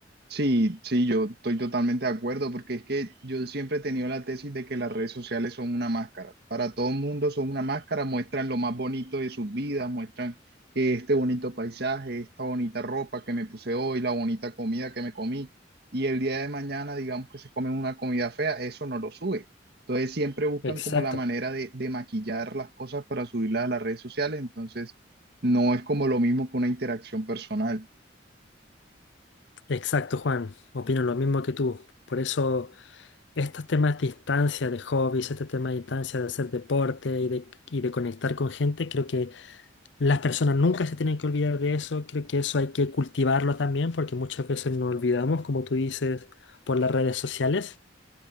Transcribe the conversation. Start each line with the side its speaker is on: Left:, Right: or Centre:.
Right: Sí, sí, yo estoy totalmente de acuerdo porque es que yo siempre he tenido la tesis de que las redes sociales son una máscara. Para todo el mundo son una máscara, muestran lo más bonito de sus vidas, muestran que este bonito paisaje, esta bonita ropa que me puse hoy, la bonita comida que me comí y el día de mañana digamos que se comen una comida fea, eso no lo sube. Entonces siempre buscan
Left: Exacto,
Right: como la manera de, de maquillar las cosas para subirlas a las redes sociales, entonces no es como lo mismo que una interacción personal.
Left: exacto, Juan. Opino lo mismo que tú. Por eso estos temas de distancia, de hobbies, este tema de distancia, de hacer deporte y de, y de conectar con gente, creo que las personas nunca se tienen que olvidar de eso. Creo que eso hay que cultivarlo también porque muchas veces nos olvidamos, como tú dices, por las redes sociales.